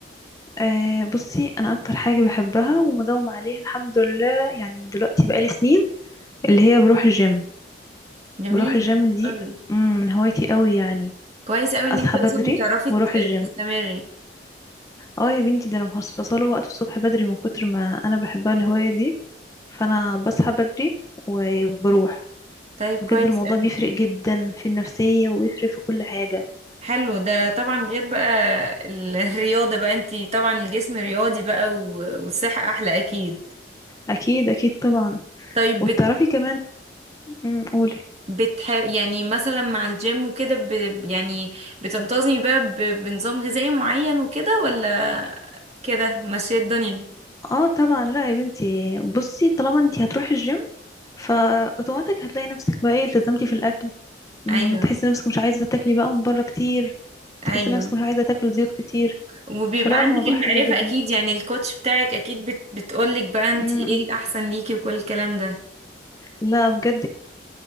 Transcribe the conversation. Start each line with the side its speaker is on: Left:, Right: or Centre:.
Left: آه بصي انا اكتر حاجة بحبها ومداوم عليها الحمد لله يعني دلوقتي بقالي سنين اللي هي بروح الجيم
Right: جميل
Left: بروح الجيم دي
Right: قوي
Left: مم، من هوايتي قوي يعني
Right: كويس قوي ان
Left: اصحى
Right: انتي
Left: بدري
Right: اصلا بتعرفي
Left: واروح
Right: ت-
Left: الجيم
Right: تستمري
Left: اه يا بنتي ده انا مخصصة له وقت الصبح بدري من كتر ما انا بحبها الهواية دي فانا بصحى بدري وبروح
Right: طيب كويس
Left: بجد الموضوع
Right: قوي
Left: بيفرق جدا في النفسية وبيفرق في كل حاجة
Right: حلو ده طبعا غير بقى ال- <laughs> الرياضة بقى انتي طبعا الجسم رياضي بقى و- والصحة احلى اكيد
Left: اكيد اكيد طبعا
Right: طيب
Left: وتعرفي كمان مم، قولي
Right: بتحب يعني مثلا مع الجيم وكده ب... يعني بتنتظمي بقى ب... بنظام غذائي معين وكده ولا كده ماشية الدنيا
Left: اه طبعا لا يا بنتي بصي طالما انت هتروحي الجيم فاوتوماتيك هتلاقي نفسك بقى ايه التزمتي في الاكل م،
Right: ايوه
Left: تحسي نفسك مش عايزه تاكلي بقى من بره كتير
Right: ايوه
Left: تحسي نفسك مش عايزه تاكلي زيوت كتير
Right: وبيبقى
Left: فلا الموضوع
Right: عندك المعرفة
Left: حلو جدا
Right: اكيد يعني الكوتش بتاعك اكيد بت... بتقولك بقى انت
Left: م-م.
Right: ايه الاحسن ليكي وكل الكلام ده
Left: لا بجد